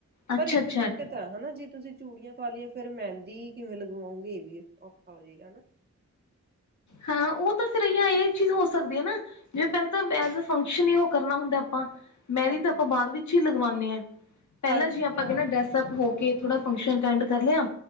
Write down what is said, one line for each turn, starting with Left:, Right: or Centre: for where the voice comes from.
Left: ਅੱਛਾ
Right: ਪਰ ਇੱਕ
Left: ਅੱਛਾ
Right: ਦਿੱਕਤ ਹੈ। ਹਨਾ ਜੇ ਤੁਸੀਂ ਚੂੜੀਆਂ ਪਾ ਲਈਆਂ। ਫੇਰ ਮਹਿੰਦੀ ਕਿਵੇਂ ਲਗਵਾਓਗੇ ਇਹ ਵੀ ਔਖਾ ਹੋ ਜਾਏਗਾ ਹਨਾ।
Left: ਹਾਂ ਉਹ ਤਾਂ ਫਿਰ ਇ ਇਹ ਚੀਜ਼ ਹੋ ਸਕਦੀ ਹੈ ਨਾਂ। ਜਿਵੇਂ ਤੀਨ ਦੀਨ ਤਾਂ ਐਜ ਫੰਕਸ਼ਨ ਹੀ ਉਹ ਕਰਨਾ ਹੁੰਦਾ ਆਪਾਂ। ਮੇਹਦੀ
Right: ਹਾਂਜੀ
Left: ਤਾਂ ਆਪਾਂ
Right: ਹਾਂਜੀ
Left: ਬਾਅਦ ਵਿੱਚ ਹੀ ਲਗਵਾਉਂਦੇ ਹਾਂ। ਪਹਿਲਾਂ
Right: ਹਾਂਜੀ
Left: ਜਿ ਆਪਾਂ
Right: ਆ
Left: ਕਹਿੰਦੇ ਡਰੈਸ। ਸਬ ਹੋ ਕੇ ਥੋੜਾ ਫੰਕਸ਼ਨ ਅਟੈਂਡ ਕਰ ਲਿਆ।